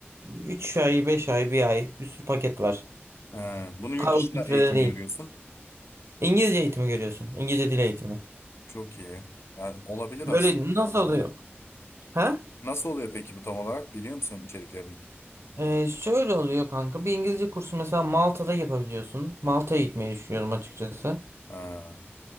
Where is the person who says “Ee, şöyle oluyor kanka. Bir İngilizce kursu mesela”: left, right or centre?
Right